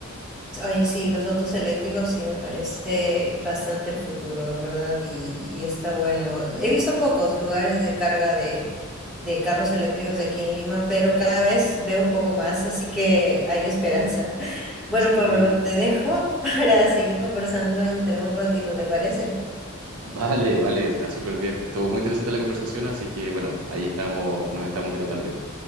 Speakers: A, in the centre; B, on the right (about 80°).
A: Oye, sí, los autos eléctricos sí me parece bastante el futuro, en verdad, y, y está bueno. He visto pocos lugares de carga de, de carros eléctricos aquí en Lima, pero cada vez veo un poco más, así que hay esperanza. <laughs> Bueno,
B: Sí.
A: Pablo, te dejo <laughs> para seguir conversando entre un ratito, ¿te parece?
B: Vale, vale, está súper bien. Estuvo muy interesante la conversación, así que bueno, ahí estamos, nos estamos viendo también.